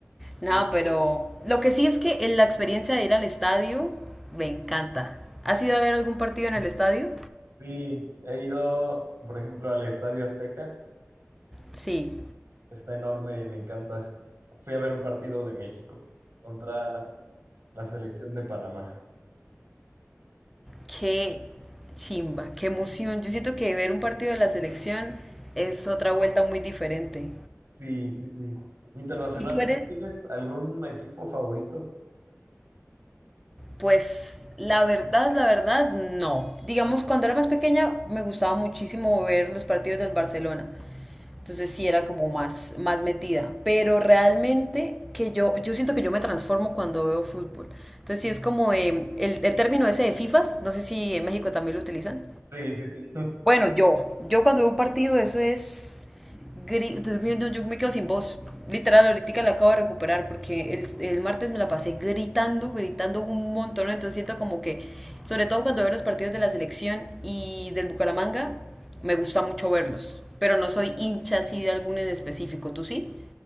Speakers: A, on the right; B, in the centre.
A: Uy,
B: No, pero lo que sí es que en la experiencia de ir al estadio me encanta. ¿Has ido a ver algún partido en el estadio?
A: Sí, he ido, por ejemplo, al Estadio Azteca.
B: Sí.
A: Está enorme, me encanta. Fui a ver un partido de México contra la selección de Panamá.
B: Qué chimba, qué emoción. Yo siento que ver un partido de la selección es otra vuelta muy diferente.
A: Sí, sí, sí. Internacionalmente,
B: ¿Y tú eres?
A: ¿tienes algún equipo favorito?
B: Pues la verdad, la verdad, no. Digamos, cuando era más pequeña me gustaba muchísimo ver los partidos del Barcelona. Entonces sí era como más, más metida. Pero realmente que yo, yo siento que yo me transformo cuando veo fútbol. Entonces sí es como eh, el, el término ese de FIFAs, no sé si en México también lo utilizan.
A: Sí, sí, sí. <laughs>
B: Bueno, yo, yo cuando veo un partido, eso es... gri- Dios mío, no, yo me quedo sin voz. Literal, ahorita la acabo de recuperar porque el, el martes me la pasé gritando, gritando un montón. Entonces siento como que, sobre todo cuando veo los partidos de la selección y del Bucaramanga, me gusta mucho verlos. Pero no soy hincha así de alguno en específico, ¿tú sí?